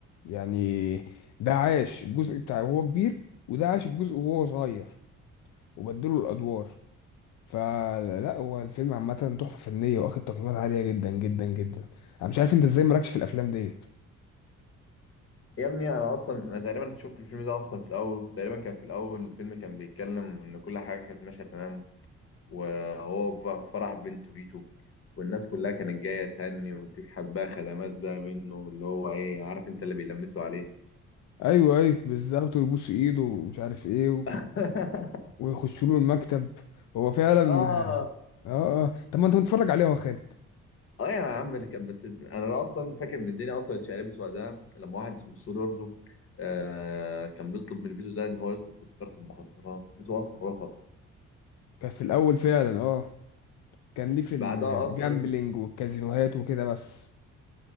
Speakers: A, on the left; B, on the left.
A: يعني ده عاش الجزء بتاعه وهو كبير وده عاش الجزء وهو صغير وبدلوا الأدوار فلا هو الفيلم عامة تحفة فنية واخد تقييمات عالية جدا جدا جدا انا مش عارف انت ازاي مالكش في الافلام ديت
B: يا ابني انا اصلا انا تقريبا شفت الفيلم ده اصلا في الاول تقريبا كان في الاول الفيلم كان بيتكلم ان كل حاجه كانت ماشيه تمام وهو ف- فرح بنته فيتو والناس كلها كانت جايه تهني وتشحت بقى خدمات بقى منه اللي هو ايه عارف انت اللي بيلمسوا عليه
A: ايوه ايوه بالظبط ويبوس ايده ومش عارف ايه و...
B: <laughs>
A: ويخشوا له المكتب هو فعلا
B: اه
A: اه اه طب ما انت متفرج عليه يا خالد
B: اه يا عم اللي كان بس انا اصلا فاكر ان الدنيا اصلا اتشقلبت وقتها لما واحد اسمه سولو ارزو آه كان بيطلب من فيتو ده ان هو يدخل في تجاره المخدرات وفيتو اصلا رفض
A: كان في الاول فعلا اه كان ليه في الجامبلينج
B: بعدها اصلا
A: والكازينوهات وكده بس